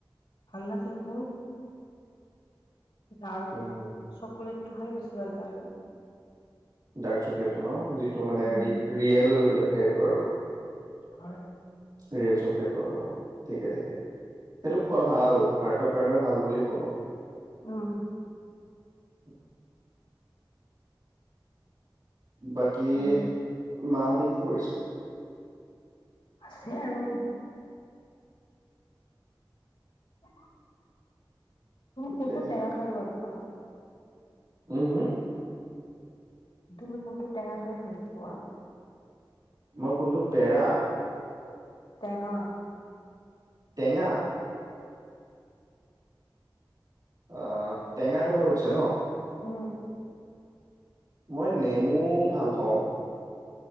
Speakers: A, on the left; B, on the right.
A: ভাল লাগে মোৰ। Dark,
B: um,
A: chocolate. হেইটো হয় বিচৰা যায় আৰু
B: ডাৰ্ক চকলেট টোৰ ন যিতু টো মানে
A: উম,
B: ৰি ৰিয়েল। সেইটো আৰু।
A: হয়।
B: ৰিয়েল চকলেটটো আৰু অ' ঠিকে ঠিকে, সেইটো খোৱা ভাল হাৰ্টৰ কাৰণেও ভাল বুলি শুনো।
A: উম।
B: <unintelligible> বাকী
A: আৰু
B: মাহঁতে কি কৰিছে?
A: আছে আৰু। <inaudible> তুমি
B: ঠিকে
A: কোনটো টেঙা খাই ভাল <unintelligible>
B: উম হম।
A: তুমি কোনটো টেঙা খাই ভাল পোৱা।
B: মই কোনটো পেৰা।
A: টেঙা।
B: টেঙা। অ টেঙা কথা খুদিছা ন।
A: উম।
B: মই নেমু ভাল পাওঁ।